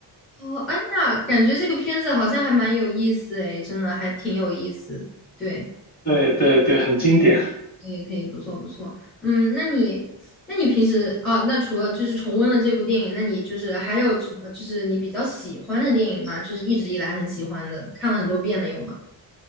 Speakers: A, in the centre; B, on the left.
A: 哦，安娜，感觉这个片子好像还蛮有意思诶，真的还挺有意思。对。
B: <laughs> 对对对，很经典。
A: 可以可以，不错不错。嗯，那你那你平时啊，那除了就是重温了这部电影，那你就是还有什么就是你比较喜欢的电影吗？就是一直以来很喜欢的，看了很多遍的有吗？